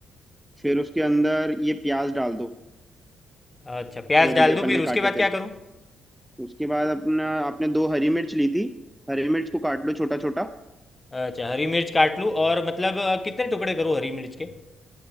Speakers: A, in the centre; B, on the left (about 20°).
A: फिर उसके अंदर ये प्याज डाल दो
B: अच्छा प्याज
A: जो
B: डाल
A: भी अपन
B: दूँ फिर
A: ने
B: उसके
A: काटे
B: बाद क्या
A: थे
B: करूँ
A: उसके बाद अपना आपने दो हरी मिर्च ली थी हरी मिर्च को काट लो छोटा छोटा
B: अच्छा हरी मिर्च काट लूँ और मतलब अ, कितने टुकड़े करूँ हरी मिर्च के